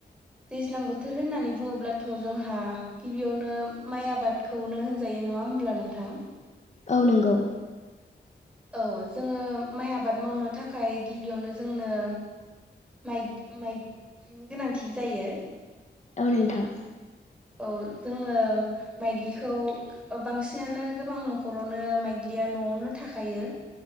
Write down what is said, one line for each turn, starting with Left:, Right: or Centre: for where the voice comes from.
Centre: दैज्लां बोथोर होननानै बुङोब्लाथ' जोंहा गिबियावनो माइ आबादखौनो होनजायो नङा होमब्ला नोंथां
Left: औ नंगौ
Centre: औ जोङो माइ आबाद मावनो थाखाय गिबियावनो जोंनो माइ माइग्रिनि गोनांथि जायो
Left: औ नोंथां
Centre: औ जोङो माइग्लिखौ बांसिनानो गोबां न'खर खरावनो माइग्लिया न'आवनो थाखायो